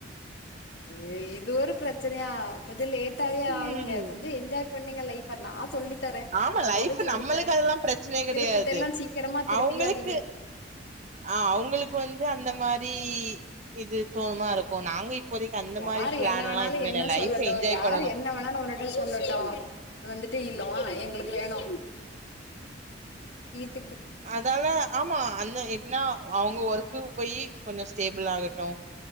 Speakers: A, on the left; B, on the right.
A: ஏ இது ஒரு பிரச்சனயா கொஞ்சோ லேட்டாவே ஆகுங்க
B: ம்
A: கொஞ்சோ என்ஜாய் பண்ணுங்க லைஃப்ப நா சொல்லி தரேன்
B: ஆமா
A: நிஜமாவே
B: லைஃப்
A: சொல்லித்தரே
B: நம்மளுக்கு அதெல்லாம் பிரச்சனையே கிடையாது
A: திருப்பத்தெல்லா சீக்கிரமா திருப்பிக்காதீங்க
B: அவங்களுக்கு ஆ அவுங்களுக்கு வந்து அந்த மாரி இது தோ மா இருக்கு நாங்க இப்போதைக்கி அந்த
A: யாரு
B: மாரி பிளான்லா
A: என்ன வேணாலு
B: எதுமே
A: என்ன
B: இல்ல லைஃப
A: சொல்லட்டு
B: என்ஜாய்
A: யாரு
B: பண்ணனு
A: என்ன வேண்ணாலு உன்னட்ட சொல்லட்டு வந்துட்டு இ ல்லோ எங்களுக்கு வேணு வீ
B: அதால ஆமா அந்த எப்டினா அவுங்க ஒர்க்குக்கு போயி கொஞ்ச ஸ்டேபிள் ஆகட்டு